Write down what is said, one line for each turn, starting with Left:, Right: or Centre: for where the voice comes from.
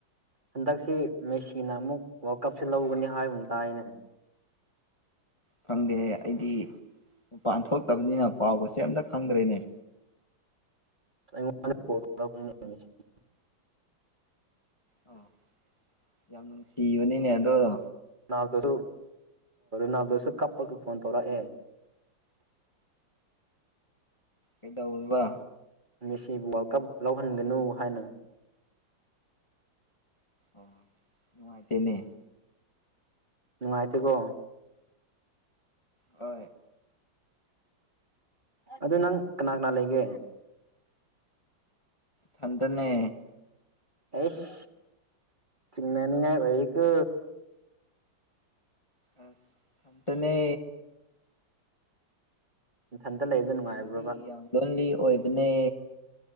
Right: ꯍꯟꯗꯛꯁꯤ ꯃꯦꯁꯤꯅ ꯑꯃꯨꯛ ꯋꯥꯔꯜ ꯀꯞꯁꯤꯦ ꯂꯧꯒꯅꯤ ꯍꯥꯏꯕꯅ ꯇꯥꯏꯅꯦ
Left: ꯈꯪꯗꯦ ꯑꯩꯗꯤ ꯃꯄꯥꯟ ꯊꯣꯛꯇꯕꯅꯤꯅ ꯄꯥꯎꯒꯁꯦ ꯑꯝꯇ ꯈꯪꯗ꯭ꯔꯦꯅꯦ
Right: ꯣ
Left: ꯑꯣ ꯌꯥꯝ ꯅꯨꯡꯁꯤꯕꯅꯤꯅꯦ ꯑꯗꯨꯗꯣ
Right: ꯅꯥꯎꯁꯨ ꯅꯥꯎꯗꯁꯨ ꯀꯄꯒ ꯐꯣꯟ ꯇꯧꯔꯛꯦ
Left: ꯑꯦꯗ ꯎꯟꯕ꯭ꯔ
Right: ꯃꯦꯁꯤ ꯋꯥꯔꯜ ꯀꯞ ꯂꯧꯍꯟꯒꯅꯨ ꯍꯥꯏꯅ
Left: ꯑꯣ ꯅꯨꯡꯉꯥꯏꯇꯦꯅꯦ
Right: ꯅꯨꯡꯥꯏꯇ ꯀꯣ
Left: ꯍ
Right: ꯑꯗꯨ ꯅꯪ ꯀꯅꯥ ꯀꯅꯥ ꯂꯩꯒꯦ
Left: ꯐꯇꯅꯦ
Right: ꯑꯦꯁ ꯆꯤꯡꯤꯡꯅꯅꯤꯉꯥꯏ ꯑꯣꯏꯍꯤꯀ
Left: ꯑ ꯈꯇꯅꯦ
Right: ꯏꯊꯟꯇ
Left: ꯑꯩꯒꯤ
Right: ꯂꯩꯕꯗ
Left: ꯄꯨꯟꯁꯤꯗꯤ
Right: ꯅꯨꯡꯉꯥꯏꯕ꯭ꯔꯕ
Left: ꯂꯣꯟꯂꯤ ꯑꯣꯏꯕꯅꯦ